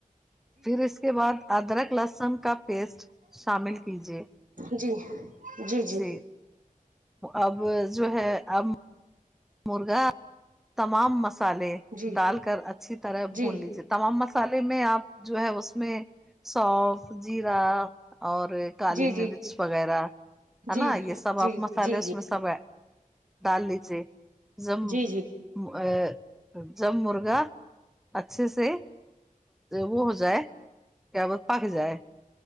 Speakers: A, in the centre; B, on the right.
A: پھر اس کے بعد ادرک لہسن کا پیسٹ شامل کیجے
B: جی جی
A: سے اب جو ہے اب مرغا تمام مسالے
B: جی
A: ڈال کر اچھی طرح
B: جی
A: بھون
B: جی
A: لیجیے تمام مسال میں آپ جو ہے اس میں سوف جیرا اور کالی
B: جی جی
A: مرچ وغیرہ
B: جی
A: ہے نا یہ
B: جی
A: سب آپ مسالے
B: جی
A: اس میں سب ہے ڈال لیجیے زم
B: جی
A: ا زم مرغا اچھے سے وہ ہو جائے وہ پک جائے